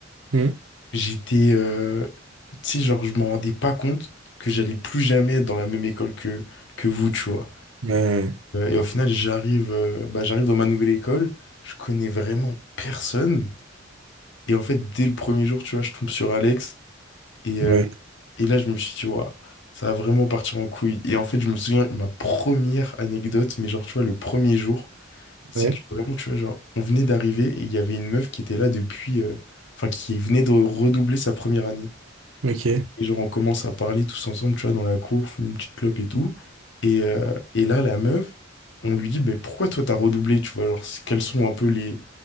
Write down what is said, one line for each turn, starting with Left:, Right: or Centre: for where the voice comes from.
Right: Hmm
Left: j'étais euh, tu sais genre je m'en rendais pas compte que j'allais plus jamais être dans la même école que que vous, tu vois.
Right: Ouais,
Left: Euh, et au final, j'arrive euh, bah j'arrive dans ma nouvelle école, je connais vraiment personne et en fait dès le premier jour, tu vois, je tombe sur Alex Et
Right: ouais,
Left: euh, Et là, je me suis dit, waouh, ça va vraiment partir en couille. Et en fait, je me souviens, ma première anecdote, mais genre, tu vois, le premier jour, c'est
Right: ouais,
Left: que vraiment, tu vois, genre, on venait d'arriver et il y avait une meuf qui était là depuis, euh, enfin, qui venait de redoubler sa première année.
Right: ok,
Left: Et genre, on commence à parler tous ensemble, tu vois, dans la cour, fume une petite clope et tout. Et, euh, et là, la meuf, on lui dit, mais pourquoi toi, t'as redoublé, tu vois, genre, c'est- quels sont un peu les,